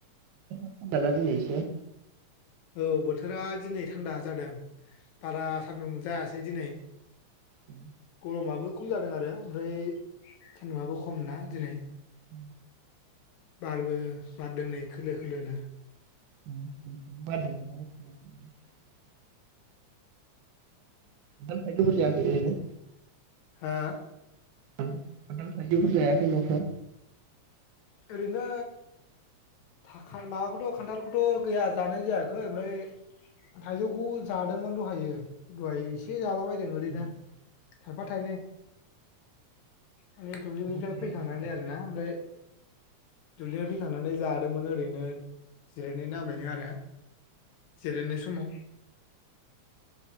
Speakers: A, on the right; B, on the left.
A: <unintelligible> दिनै एसे
B: औ बोथोरा दिनै थानदा जादों। बारा सानदों जाया। सै दिनै
A: उ
B: गरमाबो खम जादों आरो ओमफ्राय सानदुंङाबो खमना दिनै
A: उ
B: बारबो बारदोंनै खोलो खोलोनो
A: <unintelligible> खानथाल थाइजौफोर जायाखै ओरैनो
B: हा
A: खानथाल थाइजौफोर जायाखै नोंथां
B: ओरैनो था माबाखौथ' खान्थालखौथ' गैया जानाय जायाखै ओमफ्राय थाइजौखौ जादोंमोन द' हायो दहाय एसे जालाबाय लै ओरैनो
A: न'आव
B: थायफा थायनै माने दुब्लिनिफ्राय
A: थायो
B: फैखांनानै
A: आरोना
B: आरो ना ओमफ्राय दुब्लिनिफ्राय फैखांना नै जादोंमोन ओरैनो जिरायनाय नामैनो आरो जिरायनाय समाव